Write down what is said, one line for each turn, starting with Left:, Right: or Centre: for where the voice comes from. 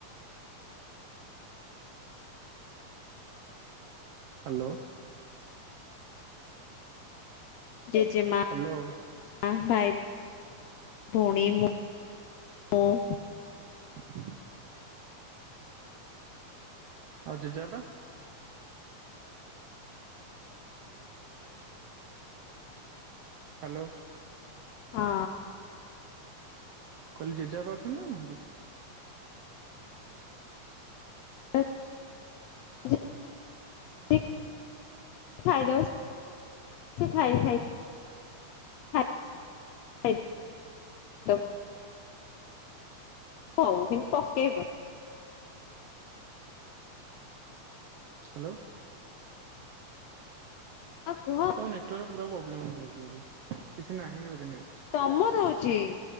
Right: ହାଲୋ
Left: ଜେଜେମା
Right: ହ୍ୟାଲୋ
Left: <unintelligible>
Right: <inaudible> ଆଉ ଯେଯେ ବାପା ହ୍ୟାଲୋ।
Left: ହଁ
Right: କଇଲି ଜେଜାପା ଅସଛନ୍ତି ନା ନାହାନ୍ତି।
Left: <unintelligible> ଖାଇଦଉ ସେ ଖାଇ ଖାଇ ଖାଇ <unintelligible> ହଉ କିନ୍ତୁ ପକେଇବ
Right: ହ୍ୟାଲୋ
Left: ଆଉ କୁହ
Right: ତମ ନେଟୱର୍କ ପ୍ରୋ ପୁରା ପ୍ରୋବ୍ଲେମ ହେଉଚି ବୋଧେ କିଛି ନାହିଁ ବୋଧେ ନେଟ୍
Left: ତମର ହେଉଚି